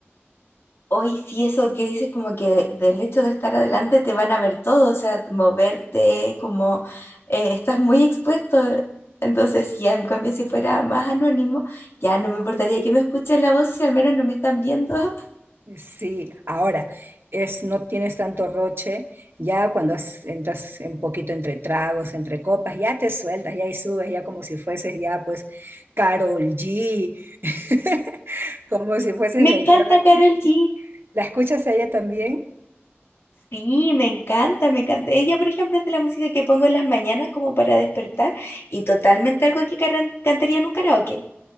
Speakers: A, on the left (about 65°); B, on the right (about 55°).
A: Hoy sí, eso que dices, como que del hecho de estar adelante te van a ver todo, o sea, moverte, como eh, estás muy expuesto. Entonces, ya en cambio, si fuera más anónimo, ya no me importaría que me escuchen la voz si al menos no me están viendo. <laughs>
B: Sí, ahora es no tienes tanto roche, ya cuando has- entras un poquito entre tragos, entre copas, ya te sueltas, ya ahí subes, ya como si fueses ya pues Carol G, <laughs> como si fueses
A: Me
B: la
A: encanta
B: intérprete.
A: Carol G.
B: ¿La escuchas a ella también?
A: Sí, me encanta, me encanta. Ella, por ejemplo, es de la música que pongo en las mañanas como para despertar y totalmente algo que caran- cantaría en un karaoke.